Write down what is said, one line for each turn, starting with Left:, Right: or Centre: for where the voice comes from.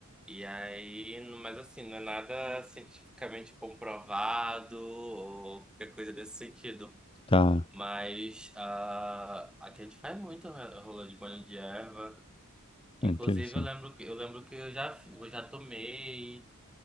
Centre: E aí, no- mas assim, não é nada cientificamente comprovado ou qualquer coisa desse sentido.
Left: tá.
Centre: Mas a, aqui a gente faz muito ro- rolê de banho de erva. Inclusive,
Left: É interessante.
Centre: eu lembro que eu lembro que eu já, eu já tomei